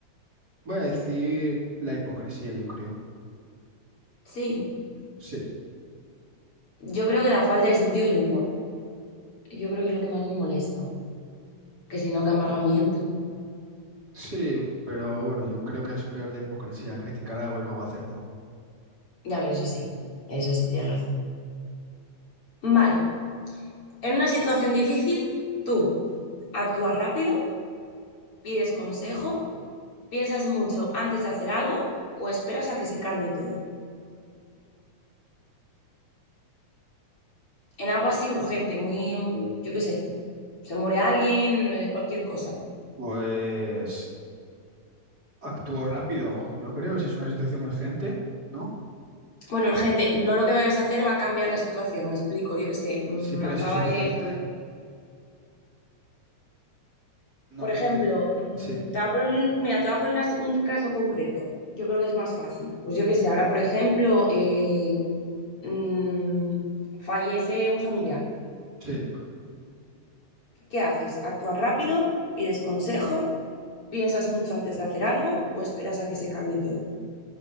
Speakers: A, on the right; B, on the left.
A: voy a decir la hipocresía, yo creo.
B: Sí,
A: Sí.
B: yo creo que la falta de sentido del humor. Yo creo que es lo que más me molesta. Que si no, que amargamiento.
A: Sí, pero bueno, yo creo que es peor la hipocresía, criticar algo y luego hacerlo.
B: Ya ver, eso sí. Eso sí, tienes razón. Vale. En una situación difícil, tú actúas rápido, pides consejo, piensas mucho antes de hacer algo o esperas a que se calme todo. En algo así urgente, muy, mm, yo qué sé, se muere alguien, eh, cualquier cosa.
A: Pues actúo rápido, yo creo, si es una situación urgente, ¿no?
B: Bueno, urgente, no lo que vayas a hacer va a cambiar la situación, me explico, yo qué sé, mm,
A: Sí, pero
B: acaba
A: si es urgente,
B: de,
A: no
B: por
A: te
B: ejemplo,
A: entiendo.
B: mm,
A: Sí,
B: te va a poner un, mira, te va a poner una- si, un caso concreto, yo creo que es más fácil. Pues yo qué sé, ahora, por ejemplo, eh, mm, fallece un familiar,
A: sí.
B: ¿qué haces? ¿Actúas rápido? ¿Pides consejo? ¿Piensas mucho antes de hacer algo o esperas a que se calme todo?